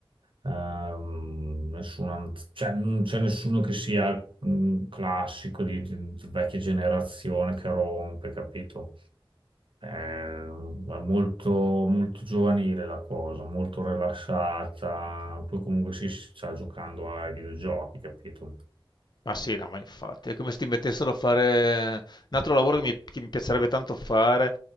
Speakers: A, on the right; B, on the left.
A: ehm, nessuna- cioè, non c'è nessuno che sia mm, classico di, di- di vecchia generazione che rompe, capito? Eh, è molto, molto giovanile la cosa, molto rilassata. Poi comunque sì, si sta giocando ai videogiochi, capito?
B: Ma sì, no, ma infatti, è come se ti mettessero a fare un altro lavoro che mi, che mi piacerebbe tanto fare.